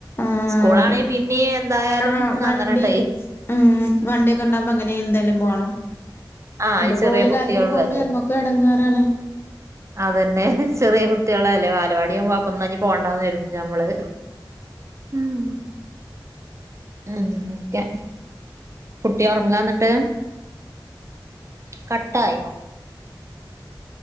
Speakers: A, on the left; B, on the right.
A: ആഹ്
B: സ്കൂളാണെ
A: അതെ
B: പിന്നെ എന്തായാലും
A: ആഹ്
B: ന്നങ്ങനണ്ടെ
A: വണ്ടി ഉം വണ്ട്യൊക്ക ഇണ്ടാവുമ്പൊ അങ്ങനെ എന്തായാലും പോണം.
B: ആഹ്
A: ഇതിപ്പോ
B: ഈ ചെറിയ
A: ഓല്
B: കുട്ടികളും
A: കര്ഞ്ഞ് പോവുമ്പൊ
B: അല്ലേ
A: ഞമ്മക്കും എടങ്ങേറാണ്.
B: അതന്നെ ചെറീ കു ട്ടീളല്ലെ. വാലവാടിയാവുമ്പൊ അപ്പൊന്ന ഇഞ്ഞി പോണ്ടന്നെരുതും ഞമ്മള്. ഉം ഉം ക്കെ. കുട്ടി ഒർങ്ങാന്ന്ട്ട്. കട്ടായൊ?